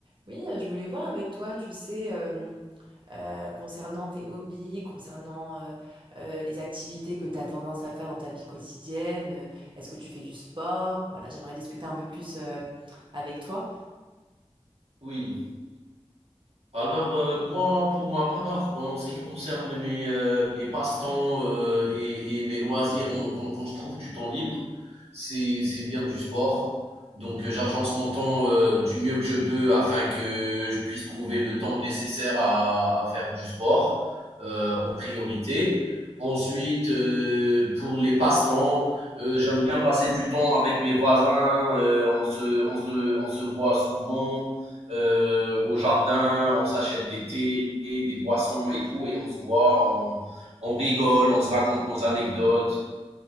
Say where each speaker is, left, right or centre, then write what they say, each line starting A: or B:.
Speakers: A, on the right; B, on the right.
A: Oui, euh, je voulais voir avec toi, tu sais, euh, euh, concernant tes hobbies, concernant euh, euh, les activités que tu as tendance à faire dans ta vie quotidienne. euh, Est-ce que tu fais du sport? Voilà, j'aimerais discuter un peu plus euh, avec toi.
B: Oui. Alors, euh, moi, pour ma part, en ce qui concerne mes, euh, mes passe-temps euh, et, et mes loisirs, en- quand, quand je trouve du temps libre, c'est, c'est bien du sport. Donc, euh, j'agence mon temps euh, du mieux que je peux afin que je puisse trouver le temps nécessaire à, à faire du sport euh, en priorité. Ensuite, euh, pour les passe-temps, euh, j'aime bien passer du temps avec mes voisins. euh, on se, on se, on se voit souvent euh, au jardin, on s'achète des thés, des boissons et tout, et on se voit, on, on rigole, on se raconte nos anecdotes.